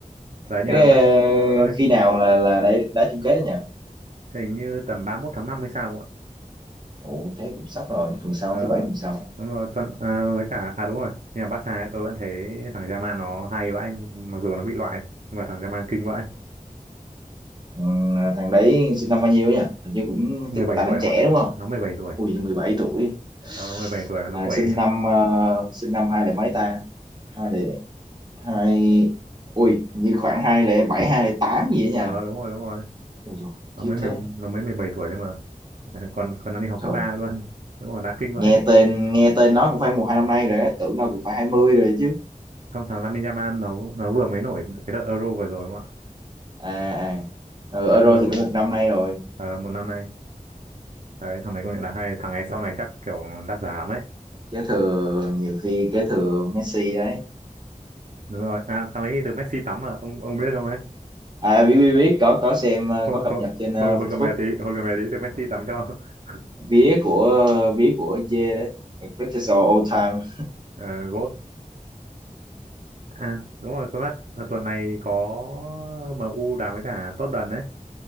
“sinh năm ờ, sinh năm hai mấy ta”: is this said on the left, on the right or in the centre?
Right